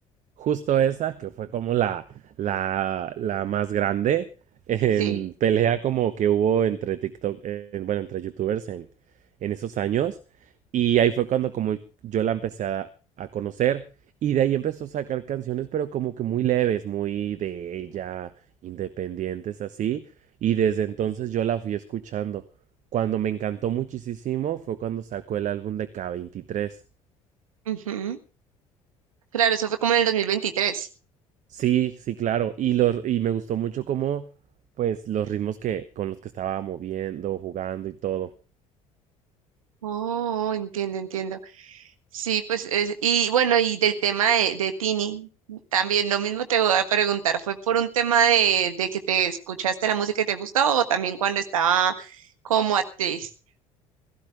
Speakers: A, on the right; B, on the right.
A: Justo esa, que fue como la, la, la más grande en
B: Sí.
A: pelea como que hubo entre TikTok, en- bueno, entre youtubers en, en esos años. Y ahí fue cuando como yo la empecé a, a conocer. Y de ahí empezó a sacar canciones, pero como que muy leves, muy de ella, independientes, así. Y desde entonces yo la fui escuchando. Cuando me encantó muchísimo fue cuando sacó el álbum de k veintitrés
B: Ujú. Claro, eso fue como en el dos mil veintitrés.
A: Sí, sí, claro. Y los, y me gustó mucho cómo, pues, los ritmos que, con los que estaba moviendo, jugando y todo.
B: Oh, entiendo, entiendo. Sí, pues, es- y bueno, y del tema de, de Tini, también lo mismo te voy a preguntar, ¿fue por un tema de, de que te escuchaste la música y te gustó o también cuando estaba como actriz?